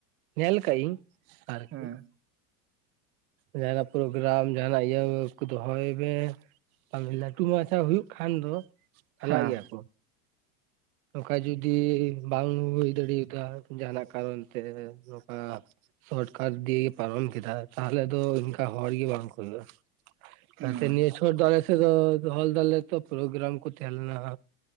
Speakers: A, on the right (about 70°); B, on the right (about 30°).
A: ᱧᱮᱞ ᱠᱟᱜ ᱤᱧ ᱟᱨ
B: ᱦᱮᱸ
A: ᱠᱤ᱾ ᱡᱟᱦᱟᱸ ᱱᱟᱜ ᱯᱨᱳᱜᱽᱨᱟᱢ ᱡᱟᱦᱟᱸ ᱱᱟᱜ ᱤᱭᱟᱹ ᱠᱩ ᱫᱚᱦᱚᱭ ᱢᱮ ᱛᱚ ᱢᱮᱞᱟ‌ ᱞᱟᱹᱴᱩ ᱢᱟᱪᱷᱟ ᱦᱩᱭᱩᱜ ᱠᱷᱟᱱ ᱫᱚ ᱪᱟᱞᱟᱜ
B: ᱦᱮᱸ
A: ᱜᱮᱭᱟ ᱠᱚ᱾ ᱱᱚᱝᱠᱟ ᱡᱩᱫᱤ ᱵᱟᱝ ᱦᱩᱭ ᱫᱟᱲᱤᱭ ᱫᱟ ᱡᱟᱦᱟᱸ ᱱᱟᱜ ᱠᱟᱨᱚᱱ ᱛᱮ᱾ ᱱᱚᱝᱠᱟ ᱥᱚᱴᱠᱟᱴ ᱫᱤᱭ ᱯᱟᱨᱚᱢ ᱠᱮᱫᱟ ᱛᱟᱨ ᱯᱚᱨᱮ ᱫᱚ ᱤᱱᱠᱟ ᱦᱚᱲ ᱜᱤ ᱵᱟᱝ ᱦᱩᱭᱩᱜ-ᱟ, ᱡᱟᱛᱮ
B: ᱦᱩᱸ
A: ᱱᱤᱭᱟᱹ ᱪᱷᱚᱴ ᱫᱚ ᱟᱞᱮ ᱥᱮᱜ ᱫᱚ ᱫᱚᱦᱚ ᱫᱟᱞᱮ ᱛᱚ ᱯᱨᱳᱜᱽᱨᱟᱢ ᱠᱩ ᱛᱮᱦᱮᱸ ᱞᱮᱱᱟ᱾